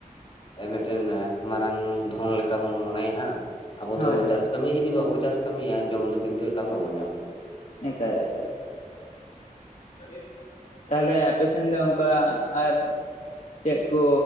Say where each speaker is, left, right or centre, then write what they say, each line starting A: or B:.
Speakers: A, on the left (about 40°); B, on the left (about 60°).
A: ᱮᱭ ᱢᱮᱜᱴᱮᱱ ᱢᱟᱨᱟᱝ ᱫᱷᱚᱱ ᱞᱮᱠᱟ ᱵᱚᱱ ᱢᱚᱱᱮᱭᱟᱜᱼᱟ ᱟᱵᱚ
B: ᱦᱳᱭ
A: ᱫᱚ
B: ᱦᱳᱭ
A: ᱪᱟᱥ ᱠᱟᱹᱢᱤ ᱡᱩᱫᱤ ᱵᱟᱵᱚ ᱪᱟᱥ ᱠᱟᱹᱢᱤᱭᱟ ᱡᱚᱢ ᱫᱚ ᱠᱤᱱᱛᱩ ᱮᱠᱟᱞ ᱵᱟᱵᱚᱱ ᱧᱟᱢᱟ ᱾
B: ᱮᱠᱟᱞ ᱮᱠᱟᱞ ᱾ ᱛᱟᱦᱚᱞᱮ ᱟᱯᱮ ᱥᱮᱱ ᱫᱚ ᱚᱱᱠᱟ ᱟᱨ ᱪᱮᱫ ᱠᱚ